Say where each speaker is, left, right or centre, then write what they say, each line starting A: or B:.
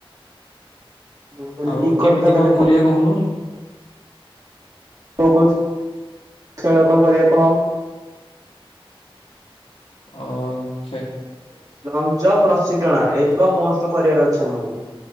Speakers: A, on the right; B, on the left.
A: ମୁଁ କହିଲି
B: ଆଉ
A: ଠିକ କଥା
B: କେମିତି
A: ତାହେଲେ
B: କଣ କରିବା କହୁନୁ?
A: କେ କେ ଖେଳ କଣ କରିବା କହ?
B: ଅ ଖେ
A: ଲଙ୍ଗଜପ ରଶୀଟଣା ଏଇତକ ମୋଷ୍ଟ କରିବାର ଅଛି ଆମକୁ।